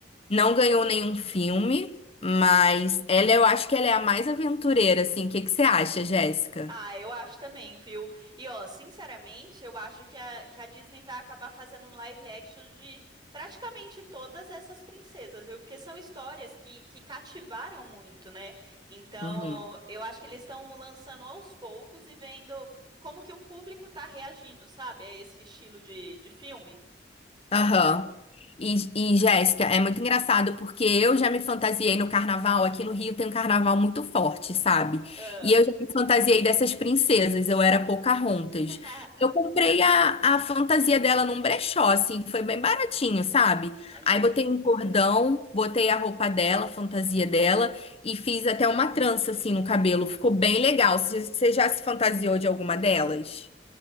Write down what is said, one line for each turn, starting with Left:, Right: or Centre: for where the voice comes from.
Left: Não ganhou nenhum filme, mas ela, eu acho que ela é a mais aventureira, assim. O que que você acha, Jéssica?
Right: Ah, eu acho também, viu? E ó, sinceramente, eu acho que a, que a Disney vai acabar fazendo um live action de praticamente todas essas princesas, viu? Porque são histórias que, que cativaram muito, né? Então,
Left: Uhum.
Right: eu acho que eles estão lançando aos poucos e vendo como que o público tá reagindo, sabe? A esse estilo de, de filme.
Left: Aham. E, e, Jéssica, é muito engraçado porque eu já me fantasiei no carnaval. Aqui no Rio tem um carnaval muito forte, sabe?
Right: Ah.
Left: E eu já me fantasiei dessas princesas. Eu era Pocahontas.
Right: <laughs>
Left: Eu comprei a, a fantasia dela num brechó, assim, foi bem baratinho, sabe?
Right: Olha
Left: Aí botei
Right: aí.
Left: um cordão, botei a roupa dela, a fantasia dela, e fiz até uma trança, assim, no cabelo. Ficou bem legal. Você você já se fantasiou de alguma delas?